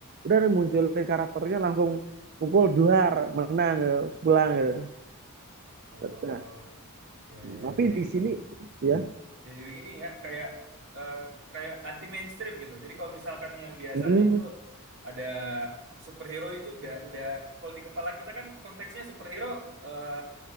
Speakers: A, on the right; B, on the right.
A: udah munculin karakternya langsung pukul duar menang gitu pulang gitu
B: oh,
A: nah
B: iya, iya.
A: tapi
B: iya. Jadi,
A: di sini ya
B: jadi begini ya, kayak eh, kayak anti mainstream gitu. Jadi kalau misalkan yang biasanya
A: hmm,
B: itu ada superhero itu udah udah kalau di kepala kita kan konteksnya superhero eh